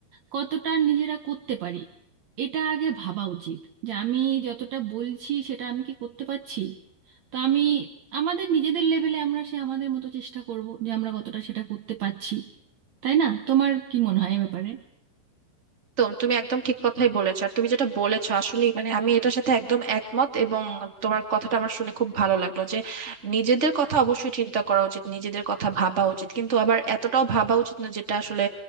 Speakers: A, on the right (about 75°); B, on the right (about 25°).
A: কতটা নিজেরা করতে পারি এটা আগে ভাবা উচিত যে আমি যতটা বলছি সেটা আমি কি করতে পারছি তো আমি আমাদের নিজেদের লেভেলে আমরা সে আমাদের মতো চেষ্টা করব যে আমরা কতটা সেটা করতে পারছি তাই না তোমার কি মনে হয় এ ব্যাপারে
B: একদম তুমি একদম ঠিক কথাই বলেছো আর তুমি যেটা বলেছো আসলে মানে আমি এটার সাথে একদম একমত এবং তোমার কথাটা আমার শুনে খুব ভালো লাগলো যে নিজেদের কথা অবশ্যই চিন্তা করা উচিত নিজেদের কথা ভাবা উচিত কিন্তু আবার এতটাও ভাবা উচিত না যেটা আসলে